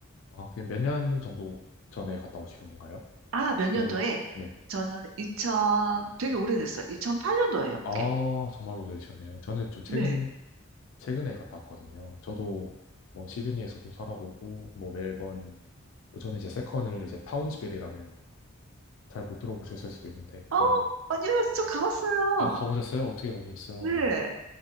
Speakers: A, on the left; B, on the right.
A: 아, 그게 몇 년 정도 전에 갔다 오신 건가요?
B: 아, 몇 년도에?
A: 년, 네.
B: 저는 2000, 되게 오래됐어요. 2008년도예요, 그게.
A: 아, 정말 오래되셨네요. 저는 좀 최근,
B: 네.
A: 최근에 갔다 왔거든요. 저도 뭐 시드니에서도 살아보고, 뭐 멜번, 그 전에 이제 세컨을 이제 타운즈빌이라는 잘 못 들어보셨을 수도 있는데 그런
B: 어, 아니요, 저 가봤어요.
A: 아 가보셨어요? 어떻게 가보셨어요?
B: 네.